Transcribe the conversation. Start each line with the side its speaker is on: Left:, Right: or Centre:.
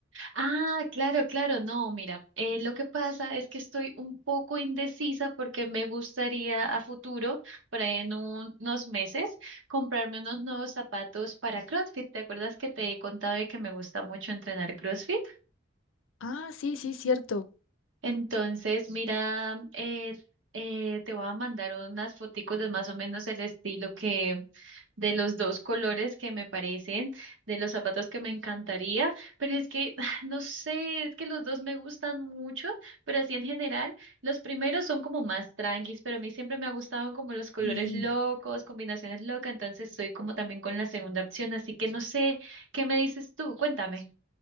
Right: Ah, claro, claro, no, mira, eh, lo que pasa es que estoy un poco indecisa porque me gustaría a futuro, por ahí en un- unos meses, comprarme unos nuevos zapatos para CrossFit. ¿Te acuerdas que te he contado de que me gusta mucho entrenar CrossFit?
Left: Ah, sí, sí, cierto.
Right: Entonces, mira, eh, eh, te voy a mandar unas foticos de más o menos el estilo que de los dos colores que me parecen, de los zapatos que me encantaría, pero es que <laughs> <sighs> no sé, es que los dos me gustan mucho, pero así en general, los primeros son como más tranquis, pero a mí siempre me ha gustado como los colores
Left: sí.
Right: locos, combinaciones locas, entonces estoy como también con la segunda opción, así que no sé, ¿qué me dices tú? Cuéntame.